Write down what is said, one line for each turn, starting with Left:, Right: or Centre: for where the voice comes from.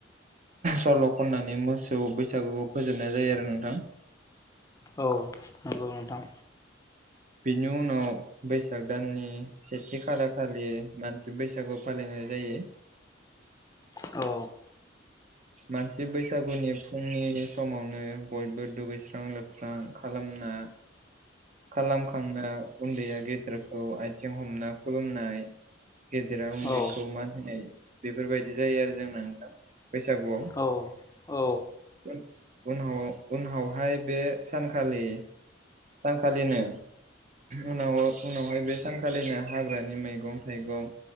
Right: सल' खननानै मोसौ बैसागुखौ फोजोबनाय जायो आरो नोंथां।
Left: औ नंगौ नोंथां
Right: बिनि उनाव बैसाग दाननि सेथि खालार खालि मानसि बैसागु फालिनाय जायो।
Left: औ
Right: मानसि बैसागुनि फुंनि समावनो बयबो दुगैस्रां लोबस्रां खालाम ना खालामखांना उन्दैया गेदेरखौ आथिं हमना खुलुमनाय गेदेरा उन्दैखौ
Left: औ
Right: मान होनाय बेफोरबायदि जायो आरो जोंना ना नोंथां बैसागुआव
Left: औ औ
Right: उनाव उनावहाय बे सानखालि सानखालिनो उनाव उनावहाय बे सानखालिनो हाग्रानि मैगं थाइगं